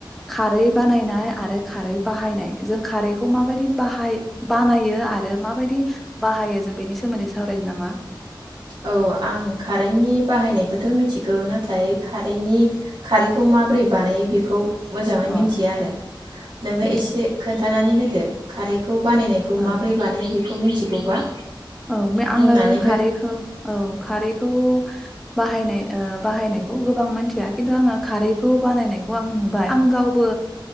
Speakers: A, in the centre; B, on the right (about 60°).
A: खारै बानायनाय आरो खारै बाहायनाय जों खारैखौ माबायदि बाहाय बानायो आरो माबायदि बाहायो जों बेनि सोमोन्दै सावरायनो नामा?
B: औ आं खारैनि बाहायनायखौथ मिथिगौ नाथाय खारैनि खारैखौ माबोरै बानायो बेखौ मोजाङै
A: अ
B: मिथिया आरो नोङो
A: उम
B: एसे खोन खोन्थानानै होदो खारैखौ। बानायनायखौ
A: अ
B: माबोरै बानायो बे बेखौ मिन्थिगौबा?
A: औ आङो
B: बुंनानै
A: खारैखौ
B: हो
A: औ खारैखौ बाहायनाय ओ बाहायनायखौ गोबां मिथिया खिन्थु आङो खारैखौ बानायनायखौ आं नुबाय आं गावबो